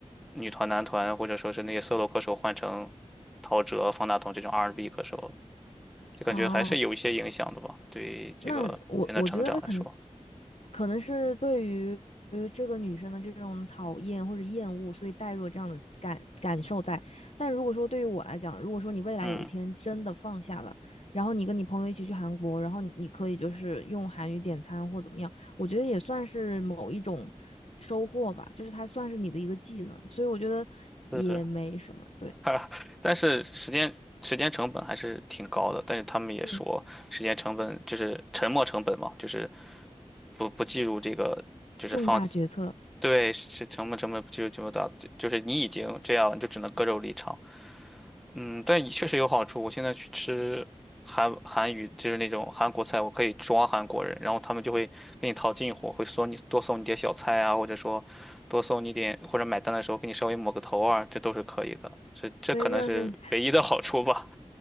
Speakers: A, in the centre; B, on the left.
A: 女团、男团，或者说是那些 solo 歌手换成陶喆、方大同这种 R&B 歌手，就感觉还是有一些影响的吧，
B: 哦。
A: 对这个人的成长来说。
B: 那我我觉得可能可能是对于于这个女生的这种讨厌或者厌恶，所以带入了这样的感感受在。但如果说对于我来讲，如果说你未来有一天真的放下了，
A: 嗯，
B: 然后你跟你朋友一起去韩国，然后你你可以就是用韩语点餐或怎么样，我觉得也算是某一种收获吧，就是它算是你的一个技能，所以我觉得也没什么。
A: 是，
B: 对，
A: <laughs> 但是时间时间成本还是挺高的，但是他们也说时间成本就是沉没成本嘛，
B: 嗯，
A: 就是不不计入这个，就是放，
B: 重大决策，
A: 对，是沉没成本不计入这么大，就就是你已经这样了，你就只能割肉离场。嗯，但也确实有好处。我现在去吃韩韩语，就是那种韩国菜，我可以装韩国人，然后他们就会跟你套近乎，会送你多送你点小菜啊，或者说多送你点，或者买单的时候给你稍微抹个头啊，这都是可以的。这这可能是唯一的好处吧。
B: 所以这就是